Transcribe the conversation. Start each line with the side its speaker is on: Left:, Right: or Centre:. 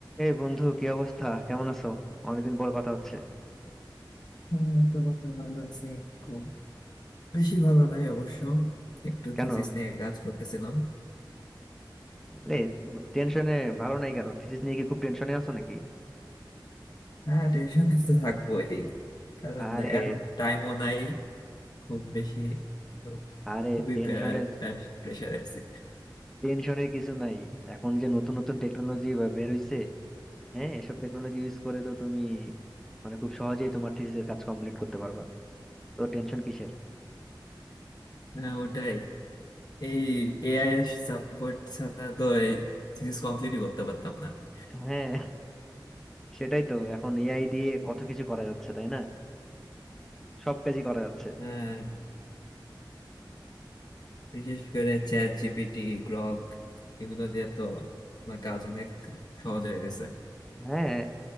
Centre: এই বন্ধু কি অবস্থা কেমন আছো অনেকদিন পর কথা হচ্ছে
Left: হ্যাঁ এই তো বন্ধু ভালো আছি খুব বেশি ভালো নাই অবশ্য একটু
Centre: কেন
Left: থিসিস নিয়ে কাজ করতেছিলাম
Centre: রে টেনশনে ভালো নাই কেন থিসিস নিয়ে কি খুব টেনশনে আছো নাকি
Left: হ্যাঁ টেনশনে তো থাকবোই কারণ
Centre: আরে
Left: এখন টাইমও নাই খুব বেশি তো
Centre: আরে
Left: খুবই
Centre: টেনশনের
Left: প্রেশারে আছি
Centre: টেনশনের কিছু নাই এখন যে নতুন নতুন টেকনোলজি বের হইছে হ্যাঁ এসব টেকনোলজি ইউজ করে তো তুমি মানে খুব সহজেই তোমার থিসিসের কাজ কমপ্লিট করতে পারবা তো টেনশন কিসের
Left: হ্যাঁ ওটাই এই এআই এর সাপোর্ট ছাড়া তো এই থিসিস কমপ্লিটই করতে পারতাম না আমি
Centre: হ্যাঁ সেটাই তো এখন এআই দিয়ে কত কিছু করা যাচ্ছে তাই না সব কাজই করা যাচ্ছে
Left: হ্যাঁ বিশেষ করে চ্যাট জিপিটি গ্রক এগুলো দিয়ে তো আমার কাজ অনেক সহজ হয়ে গেছে
Centre: হ্যাঁ